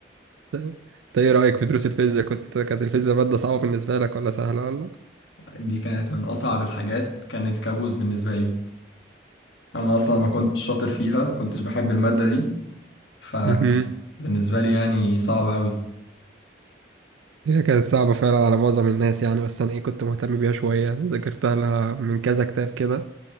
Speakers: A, on the right (about 85°); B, on the left (about 75°).
A: انت ايه رأيك في دروس الفيزياء كنت كانت الفيزياء مادة صعبة بالنسبة لك ولا سهلة ولا
B: دي كانت من اصعب الحاجات كانت كابوس بالنسبة لي انا اصلا ما كنتش شاطر فيها ما كنتش بحب المادة دي فكان
A: مهم.
B: بالنسبة لي يعني صعبة قوي
A: هي كانت صعبة فعلا على معظم الناس يعني بس أنا إيه كنت مهتم بيها شوية ذاكرتها لها من كذا كتاب كده